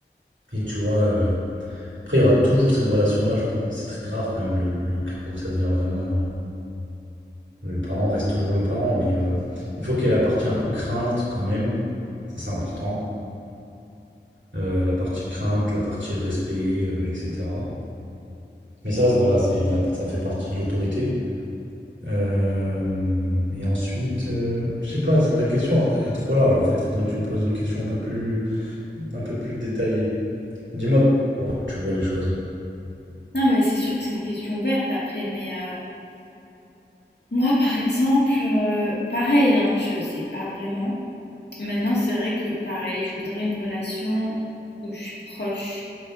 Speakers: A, on the right; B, on the left.
A: Et tu vois, euh, après, il y aura toujours cette relation-là, je pense. C'est très rare quand même, le, le cas où ça devient vraiment... euh, Le parent reste toujours le parent, mais euh, il faut qu'il y ait la partie un peu crainte quand même. Ça, c'est important. Euh, la partie crainte, la partie respect, euh, etc. Mais ça, voilà, c'est la- ça fait partie de l'autorité. Euh, et ensuite, euh, je sais pas, c'est- la question elle est trop large en fait. Faudrait que tu me poses une question un peu plus, un peu plus détaillée. Dis-moi, comment tu vois les choses.
B: Non, mais c'est sûr que c'est une question ouverte après, mais euh, moi, par exemple, euh, pareil, hein, je sais pas vraiment. Maintenant, c'est vrai que pareil, je voudrais une relation où je suis proche